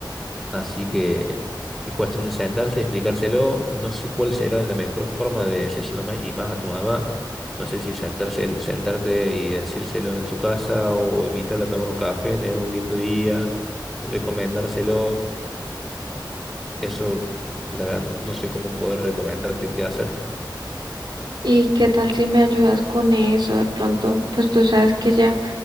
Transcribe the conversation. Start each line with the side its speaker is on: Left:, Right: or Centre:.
Centre: Así que es cuestión de sentarse, y explicárselo. No sé cuál será la mejor forma de decírselo más y más a tu mamá. No sé si sentarse, sentarte y decírselo en su casa o invitarla a tomar un café, tener un lindo día, recomendárselo. Eso, la verdad, no sé cómo poder recomendarte qué hacer.
Right: ¿Y qué tal si me ayudas con eso? De pronto, pues tú sabes que ella